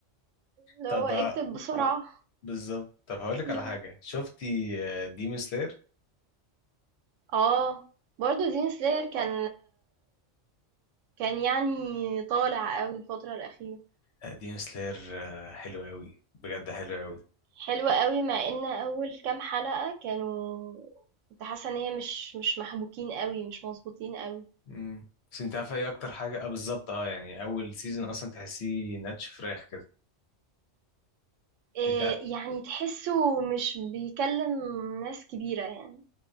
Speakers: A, on the right (about 85°); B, on the left (about 65°).
A: اللي
B: طب
A: هو اكتب
B: ه-
A: بسرعة
B: بالظبط طب هقول لك
A: مم.
B: على حاجه شفتي ديمون سلاير
A: اه برضو دين سلاير كان كان يعني طالع قوي الفترة الأخيرة
B: لا ديم سلاير آه، حلو قوي بجد حلو قوي
A: حلوة قوي مع ان أول كام حلقة كانوا كنت حاسة ان هي مش مش محبوكين قوي مش مظبوطين قوي
B: امم بس انت عارف ايه اكتر حاجه اه بالظبط اه يعني اول سيزون اصلا تحسيه ناتش فراخ كده
A: إيه
B: انت
A: يعني تحسه مش بيكلم ناس كبيرة يعني